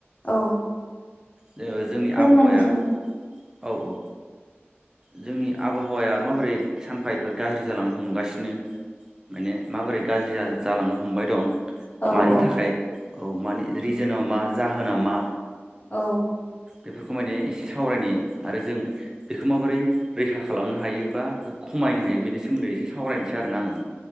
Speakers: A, on the left; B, on the right.
A: औ
B: जोङो जोंनि
A: फोरमायनोसै
B: आबहावाया
A: नोंथां
B: औ औ जोंनि आबहावाया माबोरै सानफा एफा गाज्रि जालांनो हमगासिनो माने माबोरै गाज्रि जा-जालांनो हमबाय दं
A: औ
B: मानि
A: औ
B: थाखाय औ मानि रिजोनाव मा जाहोन नामा
A: औ
B: बेफोरखौ माने एसे सावरायनि आरो जों बेखौ माबोरै रैखा खालामनो हायो बा खम मायनो हायो बेनि सोमोन्दै एसे सावरायनोसै आरोना आङो।